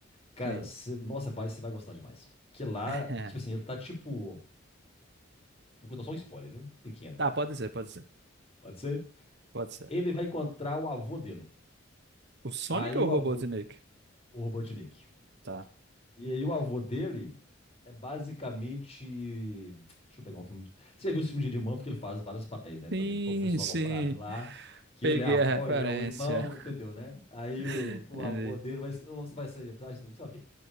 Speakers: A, on the left; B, on the right.
A: Cara,
B: Sim.
A: cê- nossa, vai, você vai gostar demais. Que lá,
B: <laughs>
A: tipo assim, ele tá tipo. Vou contar só um spoiler, viu? Pequeno.
B: Tá, pode ser, pode ser.
A: Pode ser?
B: Pode ser.
A: Ele vai encontrar o avô dele.
B: O Sonic
A: Aí
B: ou
A: o
B: o Robotnik?
A: avô, o Robotnik.
B: Tá.
A: E aí o avô dele é basicamente. Deixa eu pegar um filme. de- Você já viu o filme de Eddie Murphy que ele faz vários papéis, né? Por
B: Sim,
A: exemplo, o professor
B: sim.
A: Aloprado lá, que
B: Peguei
A: ele é a avó,
B: a referência.
A: ele é o irmão, entendeu, né? Aí o,
B: <laughs>
A: o
B: Entendi.
A: avô dele vai. Você vai ser. Você vai saber.